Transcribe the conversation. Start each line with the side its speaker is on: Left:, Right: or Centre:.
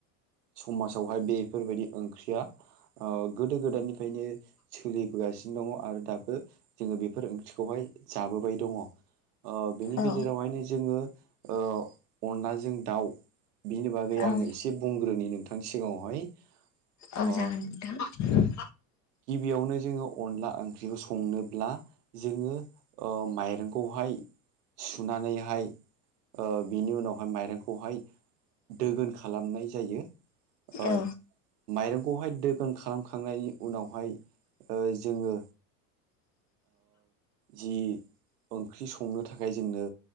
Right: समाजावहाय बेफोरबायदि ओंख्रिया ओ गोदो गोदायनिफ्रायनो सोलिबोगा सिनो दङ आरो दाबो जोङो बेफोर ओंख्रिखौहाय जाबोबाय दङ ओ बेनि
Left: औ
Right: गेजेरावहायनो जोङो ओ अनलाजों दाउ बिनि बागै आङो
Left: औ
Right: एसे बुंग्रोनि नोंथांनि सिगाङावहाय
Left: औ
Right: अ
Left: जागोन नोंथां
Right: गिबियावनो जोङो अनला ओंख्रिखौ संनोब्ला जोङो ओ माइरंखौहाय सुनानैहाय ओ बिनि उनावहाय माइरंखौहाय दोगोन खालामनाय जायो ओ
Left: औ
Right: माइरंखौहाय दोगोन खालामखांनायनि उनावहाय ओ जोङो जि ओंख्रि संनो थाखाय जोंनो